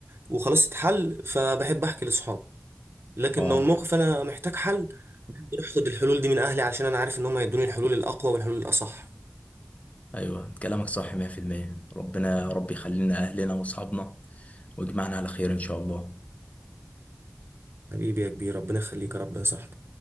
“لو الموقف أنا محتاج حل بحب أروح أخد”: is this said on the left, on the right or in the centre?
Right